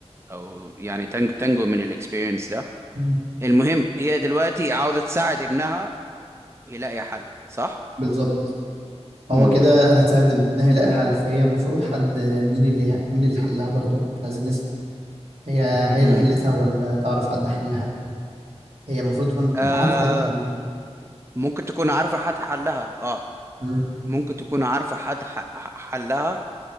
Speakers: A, on the right; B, on the right.
A: او يعني تنج- تنجو من الاكسبيرينس ده
B: مم.
A: المهم هي دلوقتي عاوزة تساعد ابنها يلاقي حل صح
B: بالظبط هو
A: امم
B: كده هتساعد ابنها يلاقي حل فهي المفروض حد مين اللي مين اللي حلها برضو احنا عايزين نسأل هي هي اللي
A: امم
B: حلتها ولا تعرف حد حلها هي المفروض تكون
A: آه
B: عارفة حد حلها
A: ممكن تكون عارفة حد حلها اه
B: مم.
A: ممكن تكون عارفة حد ح- ح- حلها